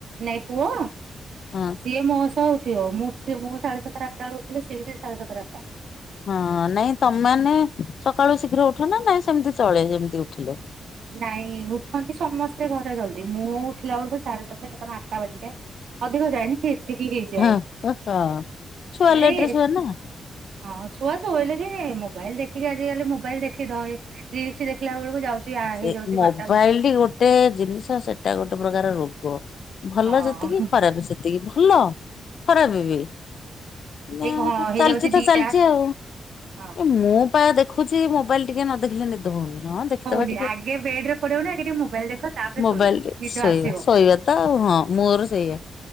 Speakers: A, on the right; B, on the left.
A: ନାଇଁ ପୁଅ?
B: ହଁ
A: ସିଏ ମୋ ସହ ଉଠିବ ମୁଁ ଉଠି ମୁଁ ସାଢେ ସାତ ଆଠା ବେଳେ ଉଠିଲେ ସେ ବି ସେ ସାଢେ ସାତଟା ଆଠଟା।
B: ହଁ ନାଇଁ ତମମାନେ ସକାଳୁ ଶୀଘ୍ର ଉଠ ନା ନାଇଁ ସେମିତି ଚଳେ ଯେମିତି ଉଠିଲେ?
A: ନାଇଁ ଉଠନ୍ତି ସମସ୍ତେ ଘରେ ଜଲ୍ଦି ମୁଁ ଉଠିଲା ବେଳକୁ ସାଢେ ସାତଟା କେତେବେଳେ ଆଠଟା ବାଜିଯାଏ। ଅଧିକ ଯାଏନି ସେ ଏତିକି ହେଇଯାଏ।
B: ହଁ ହଁ ଛୁଆ
A: ଏଇ
B: ଲେଟରେ ଶୁଏ ନା।
A: ହଁ ଛୁଆ ଶୋଇଲେ ବି ମୋବାଇଲ ଦେଖିକି ଆଜିକାଲି ମୋବାଇଲ ଦେଖି ଦହି। ରିଲସ ଦେଖିଲା ବେଳକୁ ଯାଉଛି। ଆ
B: ଆଛା
A: ହେଇଯାଉଛି
B: ଏ ମୋବାଇଲ
A: ବାରଟା
B: ଗୋଟେ ଗୋଟେ ଜିନିଷ ସେଟା ଗୋଟେ ପ୍ରକାର ରୋଗ ଭଲ
A: ହଁ
B: ଯେତିକି
A: ହୁଁ
B: ଖରାପ ସେତିକି ତିକି ଭଲ ଖରାପ ବି ମାନେ
A: ଏଇ ଘ ହେଇଯାଉଛି
B: ଚାଲିଚ ତ
A: ଦିଟା
B: ଚାଲିଚ ଆଉ
A: ହଁ।
B: ଏ ମୁଁ ମୁଁ ପା ଦେଖୁଛି ମୋବାଇଲ ଟିକେ ନ ଦେଖିଲେ ନିଦ ହଉନି ହଁ ଦେଖି
A: ହଉନି
B: ତ ବା ଟିକେ
A: ଆଗେ ବେଡ ରେ ପଡିବ ନା ଆଗେ ଟିକେ ମୋବାଇଲ ଦେଖ ତାପରେ
B: ମୋବାଇଲ
A: ଶୋଇବ
B: ଟେ
A: ନିଦ
B: ଶୋଇବା
A: ଆସିବ।
B: ଶୋଇବା ତ ଆଉ ହଁ ମୋର ସେଇଆ